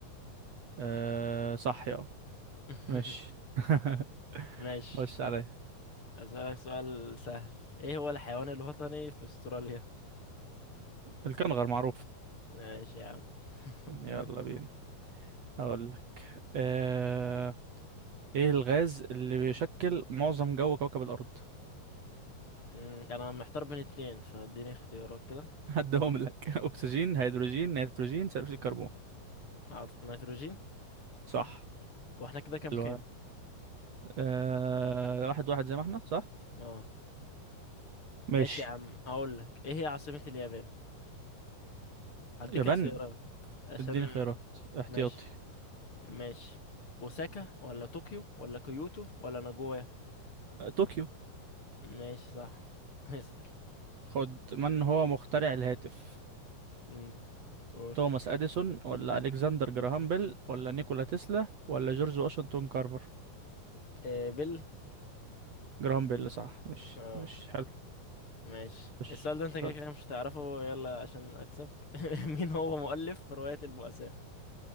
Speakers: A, on the right; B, on the left.
A: أه صح يا أه.
B: <laughs>
A: ماشي <laughs>
B: ماشي
A: خش عليا
B: اسألك سؤال سهل ايه هو الحيوان الوطني في استراليا
A: الكنغر معروف
B: ماشي يا عم <laughs>
A: يلا بينا هقول لك آه، ايه الغاز اللي بيشكل معظم جو كوكب الارض
B: مم، انا محتار بين اتنين فاديني اختيارات كده
A: <laughs> هدهم لك <laughs> اكسجين هيدروجين نيتروجين ثاني اكسيد الكربون
B: أعط- نيتروجين
A: صح
B: واحنا كده كام
A: حلوة
B: كام
A: آه... واحد واحد زي ما احنا صح
B: اه
A: ماشي
B: ماشي يا عم هقول لك ايه هي عاصمة اليابان هديك
A: يابان
B: اختيارات عشان
A: اديني خيارات احتياطي
B: ماشي ماشي اوساكا ولا طوكيو ولا كيوتو ولا ناجويا
A: آه، طوكيو
B: ماشي صح <laughs>
A: خد من هو مخترع الهاتف
B: امم قول
A: توماس اديسون ولا الكسندر جراهام بيل ولا نيكولا تسلا ولا جورج واشنطن كارفر
B: إيه بيل
A: جراهام بيل صح مش
B: اه
A: مش حلو
B: ماشي
A: مش
B: السؤال ده انت كده
A: طيب،
B: كده مش هتعرفه يلا عشان اكسب <laughs> مين هو مؤلف رواية البؤساء